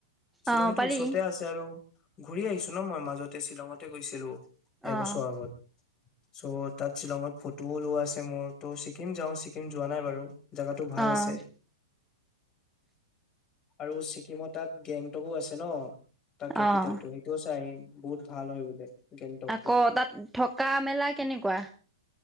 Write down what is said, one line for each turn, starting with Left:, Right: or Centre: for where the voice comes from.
Left: শ্বিলংটো
Centre: অ', পাৰি।
Left: ওচৰতে আছে আৰু। ঘূৰি আহিছো ন মই মাজতে শ্বিলঙতে গৈছিলো
Centre: অ',
Left: এবছৰ আগত। চ' তাত শ্বিলঙত ফটোও লোৱা আছে মোৰ ত' ছিককিম যাওঁ ছিকিম যোৱা নাই বাৰু। জেগাতো ভাল
Centre: অ',
Left: আছে। আৰু ছিকিমত তাত গেংটকো আছে ন তাৰ কেপিটেলটো।
Centre: অ',
Left: টো চাই আহিম বহুত ভাল হয় বোলে। গেংটকটো
Centre: আক তাত থকা মেলা কেনেকুৱা?